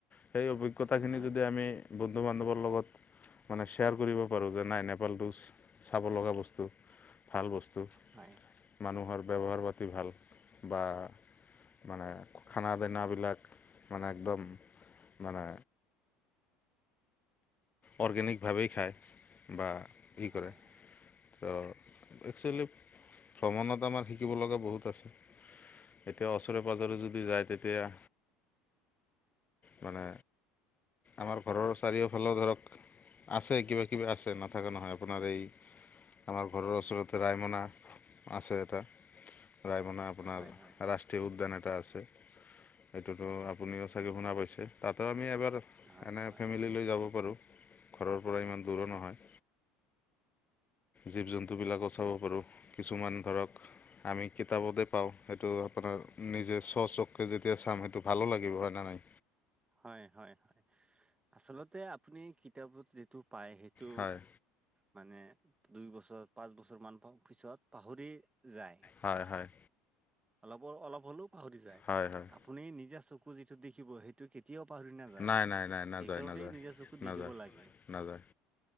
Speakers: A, on the left; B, on the right.
A: সেই অভিজ্ঞতাখিনি
B: হয় হয়
A: যদি আমি বন্ধু - বান্ধৱৰ লগত মানে শ্বেয়াৰ কৰিব পাৰোঁ যে নাই নেপাল টোচ চাব লগা বস্তু, ভাল বস্তু
B: হয়
A: মানুহৰ ব্যৱহাৰ পাতি ভাল বা মানে খানা- দানাবিলাক মানে একদম মানে অৰ্গেনিকভাৱেই খায় বা ই
B: হয়
A: কৰে
B: হয়
A: ত একচুৱেলি, ভ্ৰমণত আমাৰ শিকিব লগা বহুত আছে। এতিয়া ওচৰে পাঁজৰে যদি যায় তেতিয়া মানে আমাৰ ঘৰৰ চাৰিওফালেও ধৰক আছে কিবা কিবি আছে নথকা নহয় আপোনাৰ এই আমাৰ ঘৰৰ ওচৰতে ৰায়মনা আছে এটা ৰায়মনা আপোনাৰ
B: হয় হয় হয়
A: ৰা ষ্ট্ৰীয় উদ্যান এটা আছে সেইটোতো আপুনিও চাগে শুনা পাইছে তাতেও আমি এবাৰ
B: হয়
A: এনে
B: হয়
A: ফেমিলি লৈ যাব পাৰো ঘৰৰ পৰা ইমান দূৰো নহয় জীৱ জন্তুবিলাকো চাব পাৰো কিছুমান ধৰক আমি কিতাপতে পাও সেইটো আপোনাৰ নিজে চ চককৈ যেতিয়া চাম সেইটো ভালো লাগিব হয় নহয়
B: হয় হয় হয় আচলতে আপুনি কিতাপত যিটো পায় সেই টো
A: হয়
B: মানে দুই বছৰ পাঁচ বছৰ মান পিছত পাহৰি যায়
A: হয় হয়
B: অলপৰ অলপ হলেও পাহৰি যায়
A: হয় হয়
B: আপুনি নিজা চকু যিটো দেখিব সেইটো কে তিয়াও পাহৰি নাযায়
A: নাই নাই নাই
B: সেইকাৰণেই
A: নাযায় নাযায়
B: নিজে চকু
A: নাযায়
B: দেখিব লাগে
A: নাযায়